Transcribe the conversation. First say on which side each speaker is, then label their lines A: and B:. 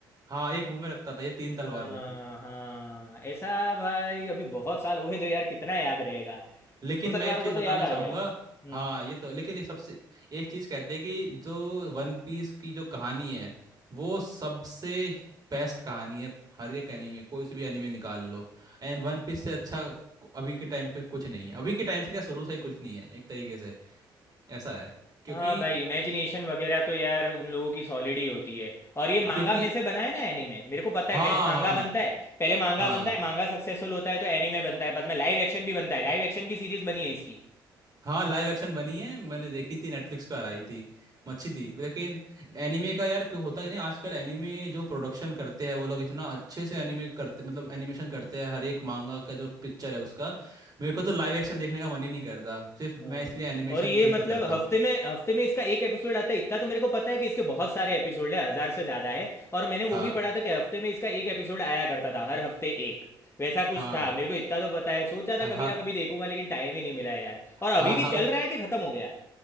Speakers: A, on the right (about 35°); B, on the left (about 25°).
A: हाँ एक मुंह में रखता था ये तीन तलवार
B: हाँ
A: होगी
B: हाँ ऐसा भाई अभी बहुत साल हो गए तो यार कितना याद रहेगा
A: लेकिन
B: दो
A: मैं
B: तलवारों
A: एक चीज
B: का तो
A: बताना
B: याद आ
A: चाहूंगा
B: गया हम्म
A: हाँ
B: हम्म।
A: ये तो लेकिन एक सबसे एक चीज कहते हैं कि जो वन पीस की जो कहानी है वो सबसे बेस्ट कहानी है हर एक एनीमे कोई से भी एनीमे निकाल लो एंड वन पीस से अच्छा को- अभी के टाइम पे कुछ नहीं है अभी के टाइम से क्या शुरू से ही कुछ नहीं है एक तरीके से ऐसा है क्योंकि
B: हाँ भाई इमेजिनेशन वगैरह तो यार उन लोगों की सॉलिड ही होती है और ये मांगा
A: क्योंकि
B: में से बना है ना एनीमे मेरे को पता
A: हाँ
B: है पहले मांगा
A: हाँ
B: बनता है पहले मांगा
A: हाँ
B: बनता है मांगा सक्सेसफुल होता है तो एनीमे बनता है बाद में लाइव एक्शन भी बनता है लाइव एक्शन भी सीरीज बनी है इसकी
A: हाँ लाइव एक्शन बनी है मैंने देखी थी नेटफ्लिक्स पर आई थी अच्छी थी लेकिन एनीमे का यार क्यों होता ही नहीं आजकल एनीमे जो प्रोडक्शन करते हैं वो लोग इतना अच्छे से एनीमे करते मतलब एनिमेशन करते हैं हर एक मांगा का जो पिक्चर है उसका मेरे को तो लाइव एक्शन देखने का मन ही नहीं करता सिर्फ मैं
B: हाँ
A: इसलिए एनिमेशन
B: और ये
A: प्रिफर
B: मतलब
A: करता
B: हफ्ते
A: हूँ
B: में हफ्ते में इसका एक एपिसोड आता है इतना तो मेरे को पता है कि इसके बहुत सारे एपिसोड है हजार से ज्यादा है और मैंने
A: हाँ
B: वो भी पढ़ा था कि हफ्ते में इसका एक एपिसोड आया करता था हर हफ्ते एक वैसा कुछ
A: हाँ
B: था मेरे को इतना तो पता है सोचा
A: हाँ
B: था कभी
A: हाँ
B: ना कभी देखूंगा लेकिन टाइम ही नहीं मिला यार और अभी
A: हाँ
B: भी
A: हाँ
B: चल रहा है कि खत्म हो गया